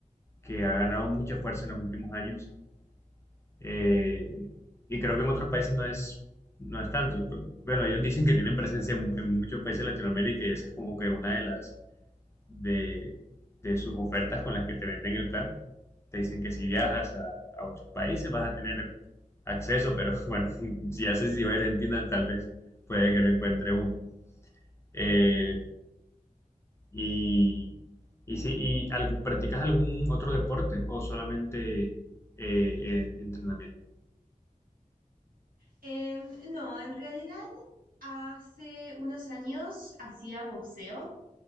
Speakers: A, on the left; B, on the right.
A: que ha ganado mucha fuerza en los últimos años. Eh, y creo que en otros países no es, no es tanto. Bueno, ellos dicen que tienen presencia en, en muchos países de Latinoamérica y esa es como que una de las de, de sus ofertas con las que te venden el plan. Te dicen que si viajas a, a otros países vas a tener acceso, pero bueno, <laughs> si haces si voy a Argentina, tal vez puede que no encuentre uno. Eh, y, y, si, y algo, ¿Practicas algún otro deporte o solamente eh, eh, entrenamiento?
B: Em, no, en realidad hace unos años hacía boxeo